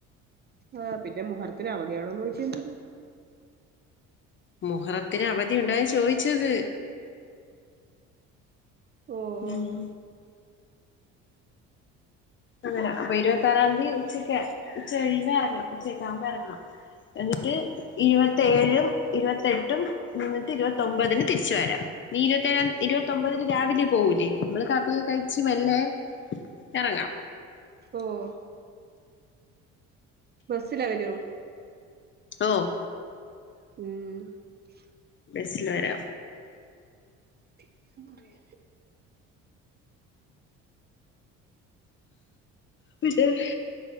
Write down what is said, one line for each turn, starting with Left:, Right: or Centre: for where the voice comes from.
Right: ആഹ് പിന്നെ മുഹറത്തിന് അവധിയാണോന്ന് ഓയ് ന്തിന്?
Left: മുഹറത്തിന് അവധിയു ണ്ടോ ചോയിച്ചത്.
Right: ഓഹ് ഓഹ്
Left: മ് അങ്ങന അപ്പൊ ഇരുപത്ത ആറാം തീ ഉച്ചയ്ക്ക് ഉച്ച കഴിയുമ്പോ എറങ്ങാം ഉച്ചക്കകുമ്പോ എറങ്ങാം എന്നിട്ട് ഇരുപതെഴും ഇരുപത്തെട്ടും നിന്ന്ട്ട് ഇരുപതൊമ്പതിന് തിരിച്ച് വെരാം നീ ഇരുപത്തെഴ ഇരുപത്തോമ്പതിന് രാവിലെ പോവൂലെ മ്മള് കപ്പി കയിച്ച് മെല്ലെ എറങ്ങാം.
Right: ഓഹ് ബസ്സില വരോ?
Left: ഓഹ്
Right: മ്.
Left: ബെസ് ല വെരാ.
Right: <inaudible>
Left: പിന്നെ ഏഹ് -